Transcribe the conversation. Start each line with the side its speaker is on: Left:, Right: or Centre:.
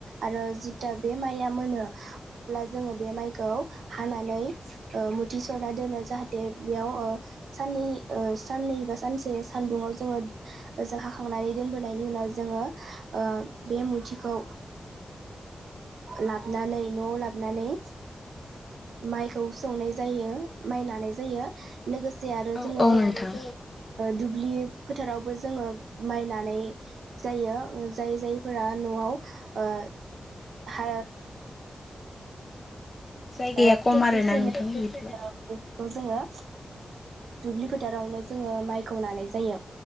Right: आरो जिता बे माइआ मोनो अ जोङो बे माइखौ हानानै मथि सरना दोनो जाहाथे बेयाव साननै साननै बा सानसे सानदुुंआव जोङो ओजों हाखांनानै दोनबोनायनि उनाव जोङो बे मुथिखौ लाबनानै न'आव लाबनानै माइखौ सौनाय जायो माइ लानाय जायो लोगोसे आरो
Left: औ
Right: जोङो
Left: औ नोंथां।
Right: दुब्लि फोथारावबो जोङो माइनानै जायो जाय जायफोरा न'आव आ ह
Left: जायगाया
Right: देकसनो
Left: खम आरोना नोंथां बिदिबा
Right: बेखौ जोङो दुब्लि फोथारावनो जोङो माइखौ नानाय जायो